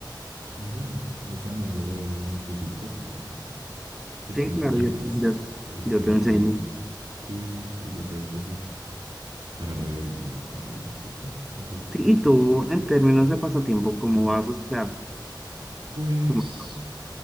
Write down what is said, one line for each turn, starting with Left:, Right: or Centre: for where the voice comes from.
Right: Oye, muéstrame luego uno de tus dibujos para ver si qué
Centre: Sí,
Right: tan
Centre: claro,
Right: bien
Centre: yo,
Right: lo haces.
Centre: yo,
Right: Estaría,
Centre: yo
Right: estaría
Centre: te
Right: genial.
Centre: enseño.
Right: Sí, sí, sí, yo creo que sí. Para ver y para discutir, ¿no? No sé qué,
Centre: Sí, y
Right: qué
Centre: tú,
Right: opinas.
Centre: en términos de pasatiempo, ¿cómo vas? O sea,
Right: Pues
Centre: ¿cómo-